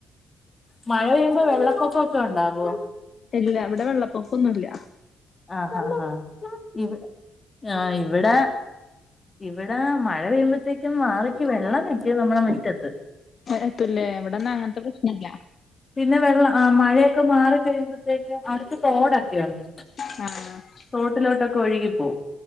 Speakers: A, on the left; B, on the left.
A: മഴ പെയ്യുമ്പോ വെള്ളപ്പൊക്കക്കെ ഉണ്ടാവോ
B: ഇല്ല ഇവടെ വെള്ളപ്പൊക്കൊന്നുല്ല
A: ആഹ് ആഹ് ആഹ് ഇവ് ഇവ്ടെ ഇവിടെ മഴ പെയ്യുമ്പത്തേക്കും <unintelligible> വെള്ളം നിക്ക്യും നമ്മളെ മുറ്റത്ത്
B: എത്തുല്ലേ ഇവടെന്നാ അങ്ങനത്തെ പ്രശ്നല്ല
A: പിന്ന വെള്ളം ആഹ് മഴയൊക്കെ മാറി കഴിയുമ്പത്തേക്കും അടുത്ത് തോടൊക്കെയുണ്ട്
B: ആഹ്
A: തോട്ടിലോട്ടൊക്ക ഒഴുകിപ്പോവും